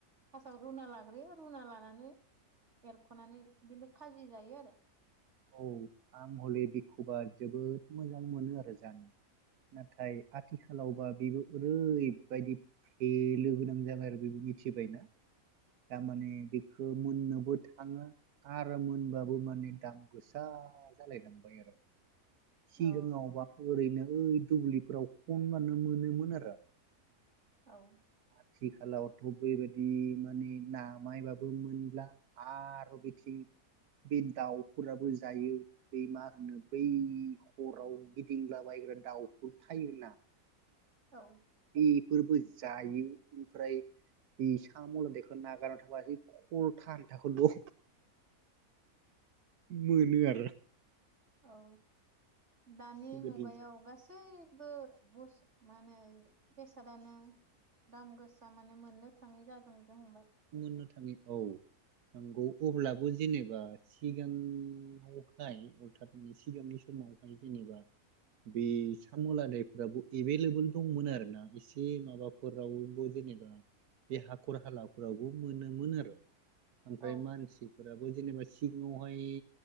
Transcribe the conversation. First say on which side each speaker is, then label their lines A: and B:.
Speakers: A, on the right; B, on the right.
A: फासआव रुना लाग्रोयो रुना लानानै एरख'नानै बिदिनो खाजि जायो आरो।
B: औ आं हले बेखौबा जोबोद मोजां मोनो आरो जानो नाथाय आथिखालावबा बेबो ओरैबायदि फेलो गोनां जाबाय आरो बेबो मिथिबायना थारमाने बेखौ मोननोबो थाङा आरो मोनबाबो माने दाम। गोसा जालायलांबाय आरो। सिगाङावबा
A: औ
B: ओरैनो ओइ दुब्लिफोराव खनबानो मोनोमोन आरो।
A: औ।
B: आथिखालावथ' बेबायदि माने नामायबाबो मोनब्ला आरो बिथिं बे दाउ फोराबो जायो बे मा होनो बै हराव गिदिंलाबायग्रा दाउफोर थायोना।
A: औ।
B: बेफोरबो जायो ओमफ्राय बे सामलदायखौ नागारनानै थांबा खलथा आन्थाखौ ल' मोनो आरो।
A: औ दानि
B: गोदोनिजों
A: मुगायाव गासै जेबो बस माने बेसादानो दाम गोस थारमाने मोननो थाङै जादों जो हमबाय।
B: मोननो थाङो औ नंगौ अब्लाबो जेनेबा सिगाङावहाय अरथात मे सिगांनि समावहाय जेनेबा बे साम'लादायफ्राबो एभेलेबोल दंमोन आरो ना एसे माबाफोरावबो जेनेबा बे हाखर हालाफोरावबो मोनोमोन आरो। ओमफ्राय
A: औ
B: मानसिफोराबो जेनेबा सि सिगाङावहाय